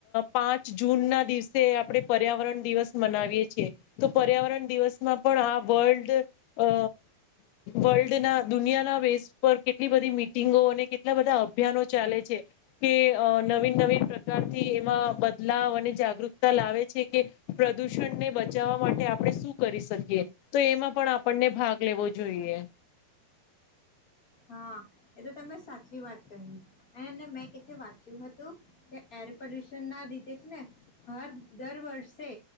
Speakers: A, on the left; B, on the left.
A: પાંચ જૂન ના દિવસે આપણે પર્યાવરણ દિવસ મનાવીએ છીએ તો પર્યાવરણ દિવસમાં પણ આ વર્લ્ડ અ વર્લ્ડના દુનિયાના બેેઝ પર કેટલી બધી મીટિંગો અને કેટલા બધા અભિયાનો ચાલે છે કે નવીન નવીન પ્રકારથી એમાં બદલાવ અને જાગૃતતા લાવે છે કે પ્રદૂષણને બચાવવા માટે આપણે શું કરી શકીએ તો એમાં પણ આપણને ભાગ લેવો જોઈએ.
B: હા એ તો તમે સાચી વાત કહી એને મેં વાંચ્યું હતું કે એર પોલ્યુશન ના લીધે જ ને હર દર વર્ષે